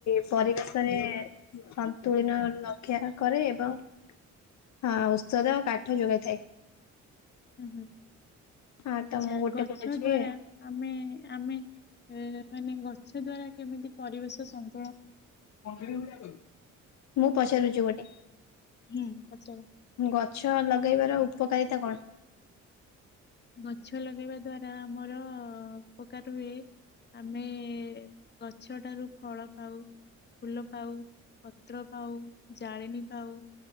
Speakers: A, on the left (about 65°); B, on the left (about 35°).
A: ପରିବେ ଶରେ ସନ୍ତୁଳନ ରକ୍ଷା କରେ ଏବଂ। ହଁ ଔଷଧ, କାଠ ଯୋଗାଇଥାଏ।
B: ହୁଁ ହୁଁ
A: ହଁ ତ
B: ଆଚ୍ଛା
A: ମୁଁ ଗୋଟେ
B: ଗଛ
A: କହୁଛି
B: ଦ୍ଵାରା। ଆମେ ଆମେ ଏ ମାନେ ଗଛ ଦ୍ଵାରା କେମିତି ପରିବେଶ ସ
A: ମୁଁ ପଚାରୁଛି ଗୋଟେ।
B: ହୁଁ। ପଚାର
A: ଗଛ ଲଗେଇବାର ଉପକାରିତା କଣ?
B: ଗଛ ଲଗେଇବା ଦ୍ଵାରା ଆମର ଉପକାର ହୁଏ ଆମେ। ଗଛ ଟାରୁ। ଫଳ ପାଉ ଫୁଲ ପାଉ ପତ୍ର ପାଉ ଜାଳେଣି ପାଉ।